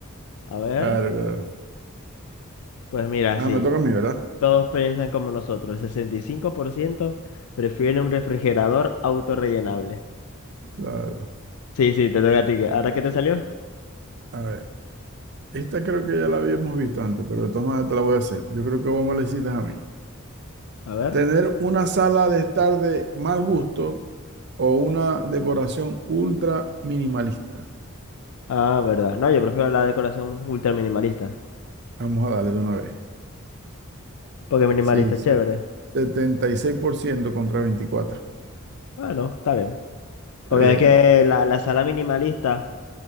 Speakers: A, on the left (about 85°); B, on the right (about 55°).
A: A ver,
B: claro, claro.
A: pues mira,
B: Ah,
A: sí.
B: me toca a mí, ¿verdad?
A: Todos piensan como nosotros. El 65% prefiere un refrigerador autorrellenable.
B: Claro.
A: Sí, sí, te toca a ti. que- ¿Ahora qué te salió?
B: A ver, esta creo que ya la habíamos visto antes, pero de todas maneras te la voy a hacer. Yo creo que vos me la hiciste a mí.
A: A ver.
B: Tener una sala de estar de mal gusto o una decoración ultra minimalista.
A: Ah, verdad. No, yo prefiero la decoración ultra minimalista.
B: Vamos a darle de una vez.
A: Porque minimalista
B: Sí,
A: es chévere.
B: 76% contra 24.
A: Bueno, está bien.
B: Está
A: Porque
B: bien.
A: es que la, la sala minimalista,